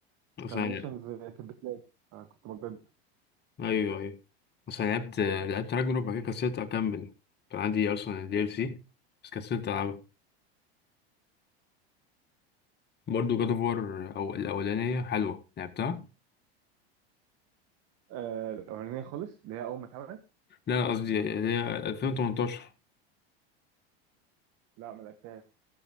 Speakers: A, on the left (about 35°); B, on the right (about 55°).
A: بس
B: كميشنز
A: أنا
B: كانت بتلاج فكنت بجد
A: أيوه أيوه بس أنا لعبت لعبت راجنروك بعد كده كسلت أكمل كان عندي أصلا الدي ال سي بس كسلت ألعبها برضه جاد اوف وار او الاولانيه حلوه لعبتها
B: آه، الأولانية خالص اللي هي أول ما اتعملت
A: لا لا، قصدي اللي هي 2018
B: لا ما لعبتهاش